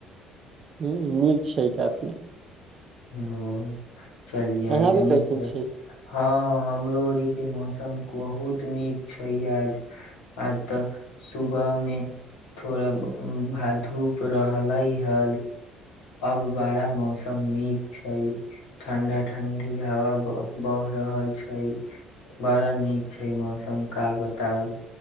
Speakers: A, on the right (about 45°); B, on the left (about 70°).
A: ह नीक छै काफी
B: ह चलिए
A: अहाँके
B: नीक
A: कैसन
B: है
A: छै
B: हँ हमरो के मौसम बहुत नीक अछि। आइ सुबह मे थोड़ धूप छल, मुदा आब मौसम बड़ नीक अछि। ठंढा-ठंढा हवा बहि रहल छै, बड़ नीक मौसम छै, की कहू।